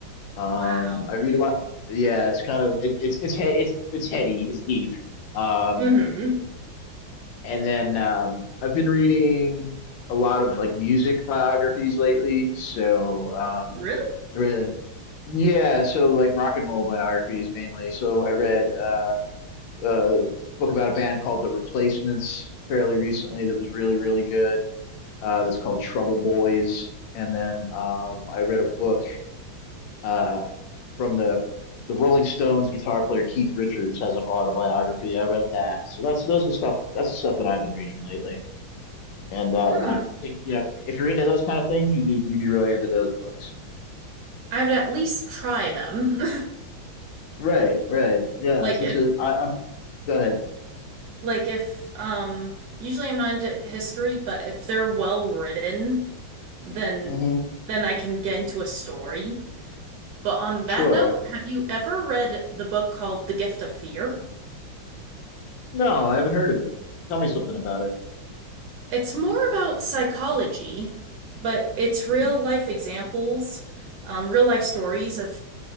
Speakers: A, on the left; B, on the right.
A: Um,
B: wow.
A: I read a lot. Yeah, it's kind of it, it's it's he- it's it's heady, it's deep. Um,
B: hmm
A: and then um, I've been reading a lot of like music biographies lately. So um,
B: Really?
A: I read, yeah, so like rock and roll biographies mainly. So I read uh, a book about a band called The Replacements fairly recently that was really, really good. Uh, that's called Trouble Boys. And then um, I read a book uh, from the the Rolling Stones guitar player Keith Richards has an autobiography. I read that. So that's those are stuff that's the stuff that I've been reading lately. And um,
B: Hmm.
A: I think you know if you're into those kind of things, you'd be you'd be really into those books.
B: I would at least try them. <laughs>
A: Right, right. Yeah,
B: Like
A: it's it's
B: if
A: a, I, I'm go ahead.
B: Like if um usually I'm not into history, but if they're well written, then
A: hmm
B: then I can get into a story. But on
A: Sure.
B: that note, have you ever read the book called The Gift of Fear?
A: No, I haven't heard of it. Tell me something about it.
B: It's more about psychology, but it's
A: hmm
B: real life examples, um, real life stories of